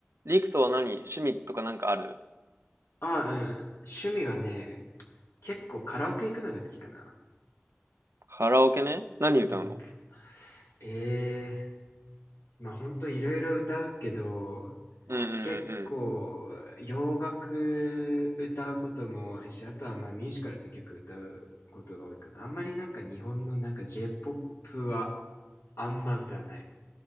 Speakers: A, on the right; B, on the left.
A: リクトは何趣味とかなんかある
B: あ、うん。趣味はね、結構カラオケ行くのが好きかな。
A: カラオケね何歌うの
B: うん、ええまあほんといろいろ歌うけど、
A: うんうんうんうん。
B: 結構洋楽歌うことも多いし、あとはまあミュージカルの曲歌うことが多いかな。あんまりなんか日本のなんか J-POP はあんま歌わない。